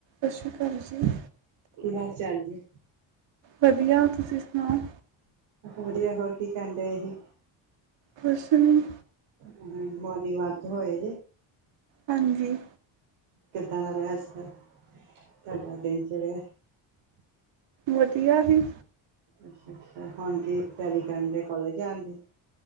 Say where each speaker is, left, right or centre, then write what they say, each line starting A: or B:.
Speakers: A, on the right; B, on the right.
A: ਸਤਿ ਸ਼੍ਰੀ ਅਕਾਲ ਜੀ।
B: ਕੀ ਹਾਲ ਚਾਲ ਜੇ।
A: ਵਧੀਆ ਤੁਸੀਂ ਸੁਣਾਓ?
B: ਵਧੀਆ। ਹੋਰ ਕੀ ਕਰਣ ਡੇ ਸੀ।
A: ਕੁਸ਼ ਨੀ
B: ਹਮ ਮੋਰਨਿੰਗ ਵਾਕ ਤੇ ਹੋਏ ਜੇ?
A: ਹਾਂਜੀ।
B: ਕਿੱਦਾਂ ਦਾ ਰਿਹਾ ਆਜ ਦਾ, ਤੁਹਾਡਾ ਦਿਨ ਚਿੜ੍ਹਿਐ।
A: ਵਧੀਆ ਸੀ।
B: ਅੱਛਾ- ਅੱਛਾ ਹੁਣ ਕੀ ਤਿਆਰੀ ਕਰਨ ਡੇ ਕਾਲਜ ਜਾਣ ਦੀ।